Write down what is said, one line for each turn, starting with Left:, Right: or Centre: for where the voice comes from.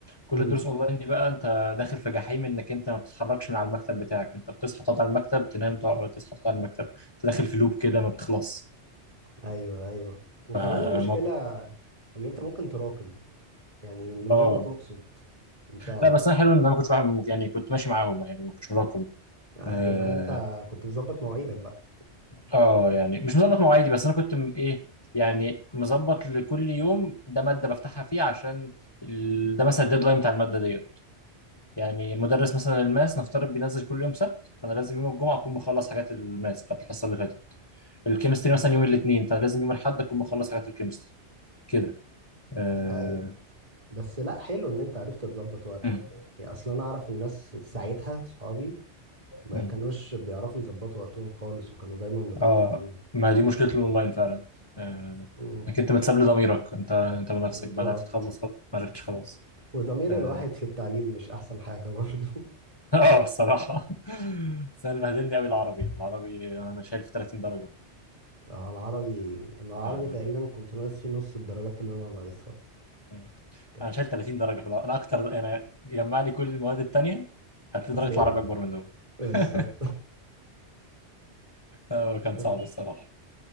Left: كل
Right: مم.
Left: الدروس اونلاين دي بقى انت داخل في جحيم انك انت ما بتتحركش من على المكتب بتاعك انت بتصحى تقعد على المكتب تنام تقعد تصحى تقعد على المكتب انت داخل في لوب كده ما بتخلص
Right: ايوه ايوه وكمان
Left: آه
Right: المشكلة
Left: موضوع
Right: ان انت ممكن تراكم يعني من
Left: اه
Right: غير ما تقصد انت
Left: لا بس انا حلو ان انا ما كنتش بعمل يعني كنت ماشي معاهم يعني ما كنتش وراكم
Right: آه،
Left: اه
Right: يبقى انت كنت مظبط مواعيدك بقى
Left: آه، يعني مش مظبط مواعيدي بس انا كنت م- ايه يعني مظبط لكل يوم ده ماده بفتحها فيه عشان ال- ده مثلا الديدلاين بتاع الماده دي يعني مدرس مثلا الماس نفترض بينزل كل يوم سبت فانا لازم يوم الجمعه اكون مخلص حاجات الماس بتاعت الحصه اللي فاتت الكيمستري
Right: مم.
Left: مثلا يوم الاثنين فانا لازم يوم الاحد اكون مخلص حاجات الكيمستري كده اه
Right: ايوه بس لا حلو ان انت عرفت تظبط وقتك
Left: مم.
Right: يعني اصلا انا اعرف الناس ساعتها صحابي ما
Left: مم.
Right: كانوش بيعرفوا يظبطوا وقتهم خالص وكانوا دايما متأخرين
Left: آه، ما دي مشكله الاونلاين فعلا آه،
Right: مم.
Left: انك انت متساب لضميرك انت انت ونفسك
Right: بالظبط
Left: بقى عرفت تخلص خلاص ما عرفتش خلاص
Right: وضمير
Left: اه
Right: الواحد في التعليم مش احسن حاجة برضو <laughs>
Left: <laughs> آه، الصراحه <laughs> بس انا بهدلني قوي العربي العربي انا شايل في 30 درجه
Right: آه، العربي انا العربي
Left: اه
Right: تقريبا كنت ناقص فيه نص الدرجات اللي انا ناقصها
Left: مم.
Right: كانت-
Left: انا شايل 30 درجه في الأ- انا اكتر انا جمع لي كل المواد التانيه هتلاقي
Right: هتلاقيه
Left: درجه العربي اكبر من دول
Right: بالظبط
Left: <laughs> هو كان
Right: <laughs> آه،
Left: صعب الصراحه